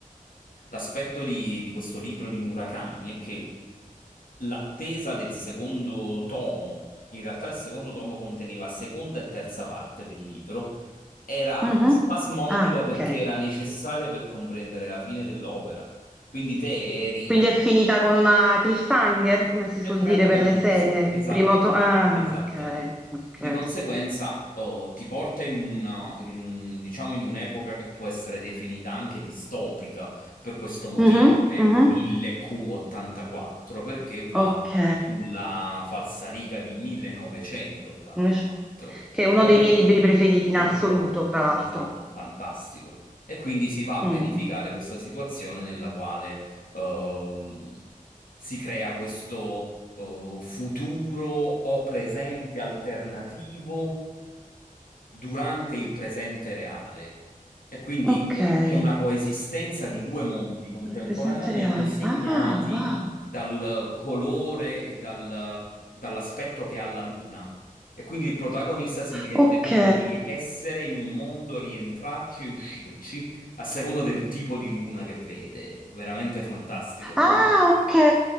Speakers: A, on the left; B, in the centre.
A: L'aspetto di, di questo libro di Murakami è che l'attesa del secondo tomo, in realtà il secondo tomo conteneva seconda e terza parte del libro, era
B: Mhm.
A: spasmodica
B: Ah,
A: perché
B: ok.
A: era necessaria per comprendere la fine dell'opera. Quindi te eri
B: Quindi è finita con una cliffhanger, come si
A: e
B: suol
A: praticamente
B: dire per le serie,
A: sì, esattamente,
B: il primo to- Ah,
A: esattamente.
B: ok, ok.
A: Di conseguenza, oh, ti porta in un, in un- diciamo, in un'epoca che può essere definita anche distopica, per questo motivo
B: Mhm,
A: è 1000Q84,
B: mhm,
A: perché va
B: Ok.
A: sulla falsariga di 1984.
B: Invece- Che è uno
A: Prati-
B: dei miei libri preferiti in
A: È
B: assoluto,
A: di Orwell,
B: tra l'altro.
A: esatto, fantastico. E quindi si va a
B: Mm,
A: verificare questa situazione nella quale ehm, si crea questo eh, futuro o presente alternativo durante il presente reale. E quindi
B: Ok.
A: eh,
B: Il
A: c'è una coesistenza di due mondi contemporaneamente
B: presente reale.
A: segnati
B: Ah, wow.
A: dal colore e dal- dall'aspetto che ha la luna. E quindi il protagonista si rende
B: Ok.
A: conto di essere in un mondo, rientrarci e uscirci a seconda del tipo di luna che vede. Veramente fantastico, è
B: Ah,
A: molto affascinante.
B: ok.